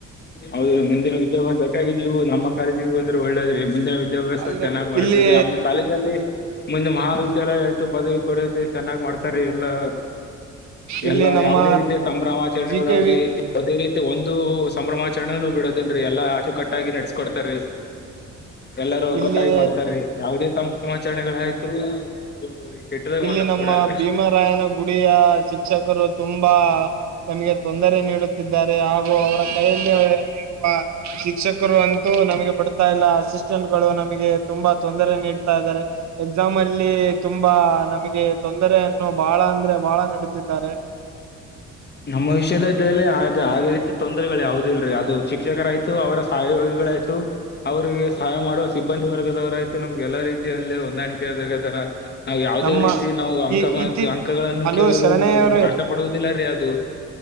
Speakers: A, on the left; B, on the right.
A: ಹೌದು ಮುಂದಿನ ವಿದ್ಯಾಭ್ಯಾಸಕಾಗಿ ನೀವು ನಮ್ಮ ಕಾಲೇಜಿಗೆ ಬಂದ್ರೆ ಒಳ್ಳೇದ್ರಿ ಮುಂದೆ ವಿದ್ಯಾಭ್ಯಾಸ
B: ಅಲ್ರಿ
A: ಚೆನ್ನಾಗಿ ಮಾಡ್ತರಿ
B: ಇಲ್ಲಿ
A: ಆಮೆಲ್ ಕಾಲೇಜಿನಲ್ಲಿ ಮುಂದೆ ಮಹಾವಿದ್ಯಾಲಯ ಆಯ್ತು ಪದವಿ ಕೊಡತಿ ಚೆನ್ನಾಗ್ ಮಾಡ್ತಾರೆ ಎಲ್ಲಾ
B: ಇಲ್ಲಿ
A: ಎಲ್ಲಾ
B: ನಮ್ಮ
A: ಯಾವುದೇ ರೀತಿಯ ಸಂಭ್ರಮ ಆಚರಣೆಗಳಾಗಲಿ
B: ಜಿ ಕೆ ವಿ
A: ಅದೇ ರೀತಿ ಒಂದು ಸಂಭ್ರಮಾಚರಣೆನೂ ಬಿಡೋದೇನ್ರೀ ಎಲ್ಲಾ ಅಚುಕಟ್ಟಾಗಿ ನಡೆಸ್ಕೊಡ್ತಾರ್ ರಿ ಎಲ್ಲರೂ ಒಗ್ಗೊಟ್ಟಾಗಿ
B: ಇಲ್ಲಿ
A: ಮಾಡ್ತಾರೀ ಯಾವುದೇ ಸಂಭ್ರಮ ಆಚರಣೆಗಳಾಯ್ತು ಹ್ಮ್ ಕೆಟ್ಟದಾಗಿ
B: ಇಲ್ಲಿ
A: ಮಾತಾಡ
B: ನಮ್ಮ
A: ಬಿಡಲ್ರಿ
B: <unintelligible> ಗುಡಿಯ ಶಿಕ್ಷಕರು ತುಂಬಾ ತಮಗೆ ತೊಂದರೆ ನೀಡುತ್ತಿದ್ದಾರೆ ಹಾಗು ಅವರ ಕೈಯಲ್ಲಿ ಇರುವ ಶಿಕ್ಷಕರು ಅಂತೂ ನಮಗೆ ಬಡ್ತಾ ಇಲ್ಲ ಅಸಿಸ್ಟೆಂಟ್ ಗಳು ನಮಗೆ ತುಂಬಾ ತೊಂದರೆ ನೀಡ್ತಾ ಇದ್ದಾರೆ ಎಕ್ಸಾಮ್ ಅಲ್ಲಿ ತುಂಬಾ ನಮಗೆ ತೊಂದರೆಯನ್ನು ಬಹಳ ಅಂದ್ರೆ ಬಹಳ ನಿಡುತ್ತಿದ್ದಾರೆ
A: ನಮ್ಮ ವಿಷಯಲ್ಲ ಇದಲ್ಲಿ ಅದೇ ರೀತಿ ತೊಂದರೆಗಳು ಯಾವ್ದು ಇಲ್ರರಿ ಅದು ಶಿಕ್ಷಕರಾಯ್ತು ಅವರ <unintelligible> ಅವ್ರಿಗೆ ಸಹಾಯ ಮಾಡುವ ಸಿಬ್ಬಂದಿ ವರ್ಗದವರ ಆಯ್ತು ನಮ್ಗೆ ಎಲ್ಲಾ ರೀತಿಯಲ್ಲಿ ಹೊಂದಾಣಿಕೆ ಆದಗತರ ನಾವು ಯಾವುದೇ
B: ನಮ್ಮ
A: ರೀತಿ ನಾವು ಅಂಕಮ
B: ಈ ಇತ್ತೀ
A: ಅಂಕಗಳನ್ನು
B: ಹಲೋ
A: ಕೇಳಲು
B: ಶರಣಯ್ಯ
A: ನಾವು
B: ಅವ್ರೇ
A: ಕಷ್ಟ ಪಡುವುದಿಲ್ಲ ರೀ ಅದು